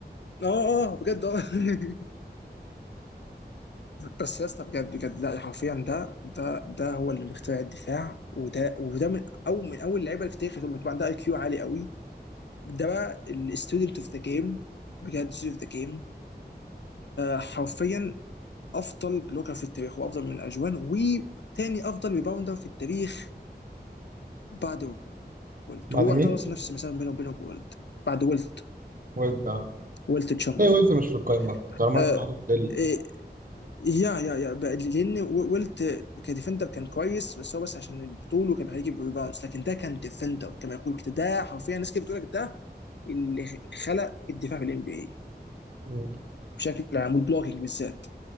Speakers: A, on the left; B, on the right.
A: اه اه آه، بجد اه <laughs> بس يا اسطى بجد بجد لا حرفيا ده ده ده هو اللي مخترع الدفاع وده وده من اول من اول اللعيبه اللي في التاريخ اللي بتبقى عندها اي كيو عالي قوي ده بقى الستودنت اوف ذا جيم بجد ستودنت اوف ذا جيم حرفيا افضل بلوكر في التاريخ وافضل من اجوان وتاني افضل ريباوندر في التاريخ بعد ويلت
B: بعد
A: هو
B: مين؟
A: اعتبر نفس المسافه بينه وبينه ويلت بعد ويلت
B: ويب آه.
A: ويلت تشامبرلين
B: هي ويلز مش في القايمة طالما
A: آه
B: أنت حاطط بيل
A: إيه، يا يا يا بقى- لان ويلت كديفندر كان كويس بس هو بس عشان طوله كان بيخليه يجيب ريباوندز لكن ده كان ديفندر كما يقول كده ده حرفيا الناس كده بتقول لك ده اللي خلق الدفاع في الام بي اي
B: مم.
A: بشكل عام والبلوكينج بالذات